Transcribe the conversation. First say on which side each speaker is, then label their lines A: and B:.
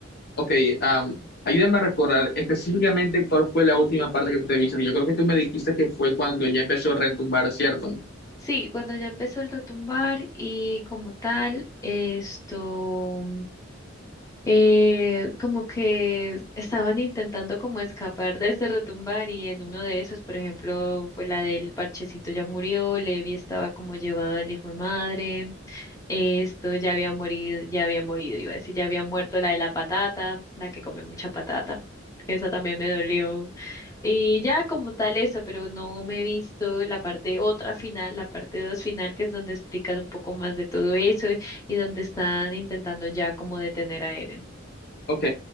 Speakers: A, on the left; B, on the left.
A: Ok, am, ayúdame a recordar específicamente cuál fue la última parte que tú te viste. Yo creo que tú me dijiste que fue cuando ya empezó a retumbar, ¿cierto?
B: Sí, cuando ya empezó el retumbar y como tal, esto. eh, como que estaban intentando como escapar de ese retumbar y en uno de esos, por ejemplo, fue la del parchecito ya murió, Levi estaba como llevado el hijo de madre, esto ya había morido, ya había morido, iba a decir, ya había muerto la de la patata, la que come mucha patata. que Esa también me dolió. Y ya como tal eso, pero no me he visto la parte otra final, la parte dos final, que es donde explican un poco más de todo eso y donde están intentando ya como detener a Eren.
A: Ok,